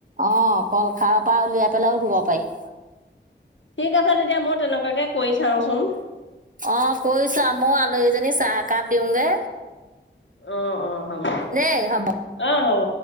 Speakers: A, on the right (about 45°); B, on the left (about 85°).
A: অ কল খাৰৰ পৰা উলিয়াই পেলাইও ধুব পাৰি
B: ঠিক আছে তেতিয়া মই তেনেকুৱাকে কৰি চাওঁচোন
A: অ কৰিৈছো ময় আলহীজনী চাহ একাপ দিওঁগে
B: অ অ হ'ব
A: নেই হ'ব
B: অ হ'ব